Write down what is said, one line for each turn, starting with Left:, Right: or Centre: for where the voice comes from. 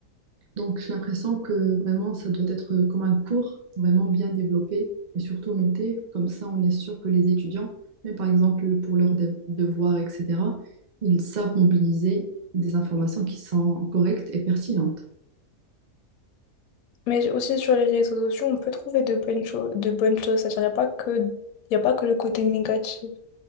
Right: Donc, j'ai l'impression que vraiment, ça doit être comme un cours vraiment bien développé et surtout noté. Comme ça, on est sûr que les étudiants, même par exemple pour leurs dev- devoirs, etc., ils savent mobiliser des informations qui sont correctes et pertinentes.
Left: Mais aussi sur les réseaux sociaux, on peut trouver de bonnes choses, de bonnes choses. C'est-à-dire, il n'y a pas que, y a pas que le côté négatif.